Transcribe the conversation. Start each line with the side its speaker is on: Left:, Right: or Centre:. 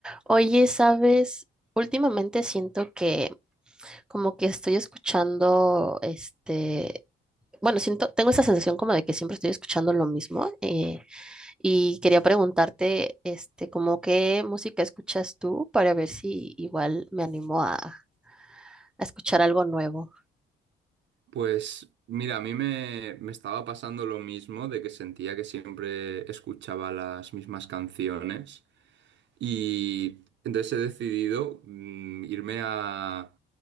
Centre: Oye, ¿sabes? Últimamente siento que como que estoy escuchando, este, bueno, siento, tengo esa sensación como de que siempre estoy escuchando lo mismo eh, y quería preguntarte, este, como qué música escuchas tú para ver si igual me animo a, a escuchar algo nuevo.
Right: Pues mira, a mí me, me estaba pasando lo mismo de que sentía que siempre escuchaba las mismas canciones y entonces he decidido mm, irme a